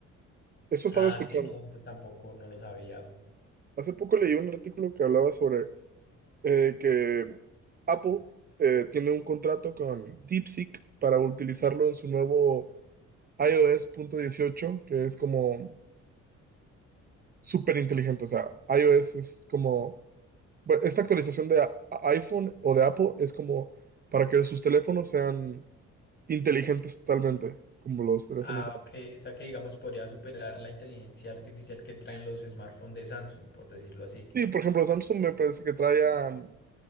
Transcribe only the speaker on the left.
Ah,
sí, no, eso tampoco no lo sabía.
Ah,
ok.
O sea que, digamos, podría superar la inteligencia artificial que traen los smartphones de Samsung, por decirlo así.